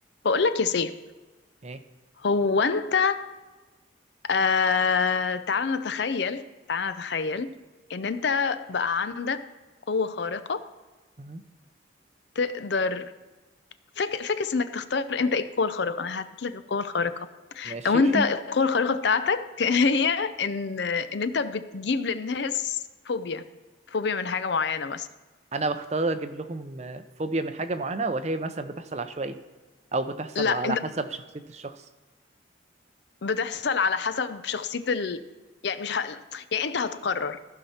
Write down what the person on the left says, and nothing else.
بقول لك يا سيف
هو انت آه تعال نتخيل تعال نتخيل ان انت بقى عندك قوة خارقة
تقدر فك... فكس انك تختار انت ايه القوة الخارقة انا هديت لك القوة الخارقة
لو انت القوة
الخارقة بتاعتك <laughs> هي ان ان انت بتجيب للناس فوبيا فوبيا من حاجة معينة مثلا
لا
انت
بتحصل على حسب شخصية ال... يعني مش ه... يعني انت هتقرر